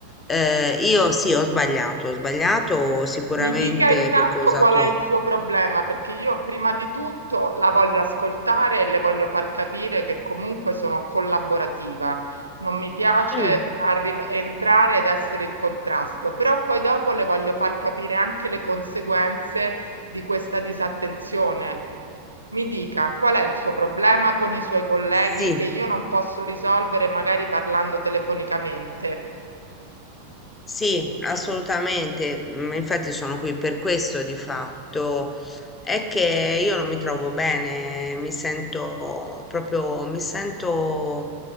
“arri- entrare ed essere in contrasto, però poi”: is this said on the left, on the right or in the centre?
Right